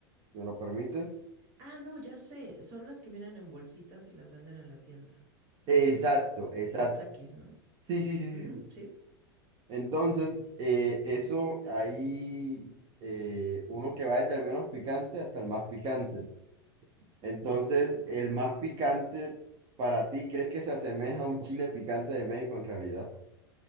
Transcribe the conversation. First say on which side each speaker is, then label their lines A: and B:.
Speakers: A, on the right; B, on the right.
A: ¿me lo permites?
B: Ah, no, ya sé, son las que vienen en bolsitas y las venden en la tienda.
A: Exacto, exacto.
B: Los takis, ¿no?
A: Sí, sí, sí,
B: Ujú,
A: sí. sí.
B: sí,
A: Entonces, eh, eso ahí, eh, uno que va desde el menos picante hasta el más picante. Entonces, el más picante para ti, ¿crees que se asemeja a un chile picante de México en realidad?